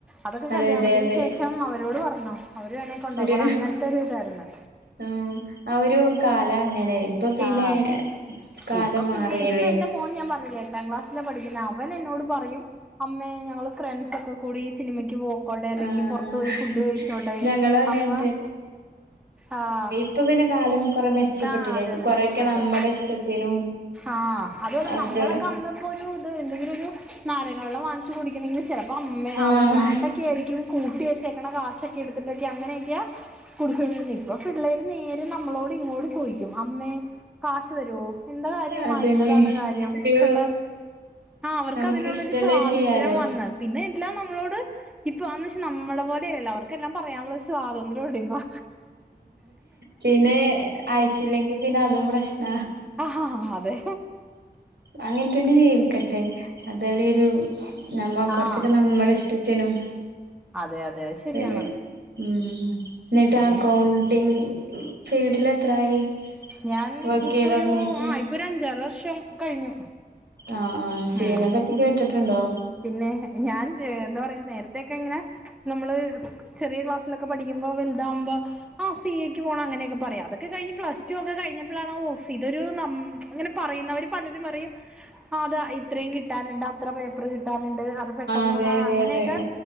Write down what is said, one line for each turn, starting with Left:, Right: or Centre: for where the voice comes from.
Centre: അതൊക്കെ
Right: അതെ
Centre: കല്യാണത്തിന്
Right: അതെ അതെ
Centre: ശേഷം അവരോട് പറഞ്ഞോ അവര് വേണെങ്കിൽ കൊണ്ടോക്കണം
Right: ഒരു
Centre: അങ്ങനത്തൊരു ഇതായിരുന്നു.
Right: ഉം ആ ഒരു കാലം അങ്ങനെയി ഇപ്പൊ പിന്നെ
Centre: ആഹ്
Right: കാലം
Centre: ഇപ്പൊ
Right: മാറീല്ലേ.
Centre: പിന്നെ ഇപ്പൊ എന്റെ മോൻ ഞാൻ പറഞ്ഞില്ലേ! എട്ടാം ക്ലാസ്സിലാ പഠിക്കുന്ന അവൻ എന്നോട് പറയും അമ്മേ ഞങ്ങള് ഫ്രണ്ട്സൊക്കെ കൂടി ഈ സിനിമയ്ക്ക് പോകു അയിക്കോട്ടെ അല്ലെങ്കിൽ
Right: ആഹ്
Centre: പൊറത്ത് പോയി ഫുഡ് കഴിച്ചോട്ടെ
Right: ഞങ്ങളും അങ്ങനെ
Centre: അപ്പോ ആഹ്
Right: പ്പ പിന്ന കാലം കുറെ മെച്ചപ്പെട്ടില്ല
Centre: ആഹ് അതെ അതെ
Right: കൊറേക്കെ
Centre: മെച്ചപ്പെട്ടു
Right: നമ്മടെ ഇഷ്ടത്തിനും
Centre: ആഹ് അതുപോലെ
Right: ഒക്കെ.
Centre: നമ്മളൊക്കെ അന്നിപ്പോ ഒരു ഇത് എന്തെങ്കിലും ഒരു നാരങ്ങള്ളം വാങ്ങിച്ച് കുടിക്കണങ്കിലും ചെലപ്പോ അമ്മ
Right: ആഹ്
Centre: അറിയാണ്ടൊക്കെയിരിക്കും കൂട്ടി വെച്ചേക്കണ കാശൊക്കെ എടുത്തിട്ടൊക്കെ അങ്ങനെയൊക്കെയാ കുടിച്ചിരുന്ന് ഇപ്പൊ പിള്ളേര് നേരെ നമ്മളോട് ഇങ്ങോട് ചോദിക്കും അമ്മേ കാശ് തരോ എന്താ കാര്യം
Right: അതന്നെ
Centre: ഇന്നതാണ് കാര്യം
Right: ഒരു
Centre: പിള്ളേർക്ക് ആ അവർക്ക്
Right: നമുക്ക്
Centre: അതിനുള്ളൊരു
Right: ഇഷ്ടള്ളത്
Centre: സ്വാതന്ത്ര്യം
Right: ചെയ്യാലോ
Centre: വന്ന് പിന്നെ എല്ലാം നമ്മോട്, ഇപ്പോ അന്ന് വെച്ച നമ്മളോലെല്ല അവർക്കെല്ലാം പറയാനുള്ള സ്വാതന്ത്രം നോടിപ്പോ
Right: പിന്നെ അയച്ചില്ലെങ്കി പിന്നെ അതും പ്രശ്ന
Centre: ആ ആ അതെ.
Right: അങ്ങനെ തന്നെ ജീവിക്കട്ടെ അതലൊരു. നമ്മ കൊറച്ചൊക്കെ
Centre: ആഹ്
Right: നമ്മടെ ഇഷ്ടത്തിനും.
Centre: അതെ അതെ അത് ശരിയാണ്
Right: ശരി ഉം.
Centre: പിന്നെ
Right: അക്കൗണ്ടിങ് ഫീൽഡില് എത്രായി.
Centre: ഞാൻ
Right: വർക്ക്
Centre: ഇപ്പൊ
Right: ചെയ്യല്
Centre: ഒരു
Right: തൊടങ്ങിട്ട്
Centre: ആ ഇപ്പൊ ഒരു അഞ്ചാറ് വർഷം കഴിഞ്ഞു.
Right: ആഹ് ആ സി
Centre: ഉം
Right: എ പറ്റികേട്ടിട്ടുണ്ടോ.
Centre: പിന്നെ ഞാൻ എന്താ പറയാ നേര തൊക്കെ ഇങ്ങനെ നമ്മള് ചെറിയ ക്ലാസ്സിലൊക്കെ പഠിക്കുമ്പോ വലുതാവുമ്പോ ആ സി എക്ക് പോണം അങ്ങനൊക്കെ പറയാ അതൊക്കെ കഴിഞ്ഞ്പ്ലസ്ടു ഒക്ക കിഞ്ഞപ്പളാണ് ഓ ഇതൊരു നം ഇങ്ങനെ പറയുന്നവര് പലരും പറയും അത ഇത്രയും കിട്ടാനുണ്ട് അത്ര പേപ്പർ കിട്ടാനുണ്ട് അത് പെട്ടെന്നൊന്ന്
Right: അതെ അതെ
Centre: അങ്ങനെയൊക്കെ.
Right: അതെ